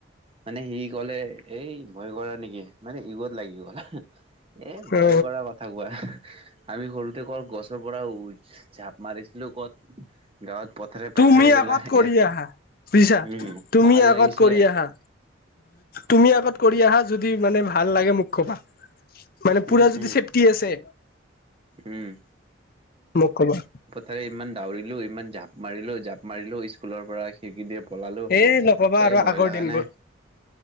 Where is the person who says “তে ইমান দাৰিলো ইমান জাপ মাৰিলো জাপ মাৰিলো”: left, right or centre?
Right